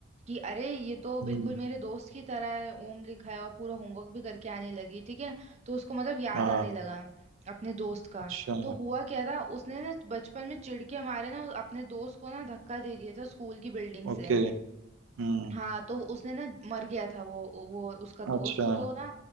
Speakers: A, on the right; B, on the right.
A: कि अरे ये तो बिल्कुल
B: हम्म
A: मेरे दोस्त की तरह है ओम लिखा है और पूरा होमवर्क भी करके आने लगी ठीक है तो उसको मतलब याद
B: हाँ
A: आने लगा अपने दोस्त का
B: अच्छा
A: तो हुआ क्या था उसने ना बचपन में चिढ़ के हमारे ना अपने दोस्त को ना धक्का दे दिया था स्कूल की बिल्डिंग से
B: ओके हम्म
A: हाँ तो उसने ना मर गया था वो वो उसका दोस्त
B: अच्छा
A: तो ना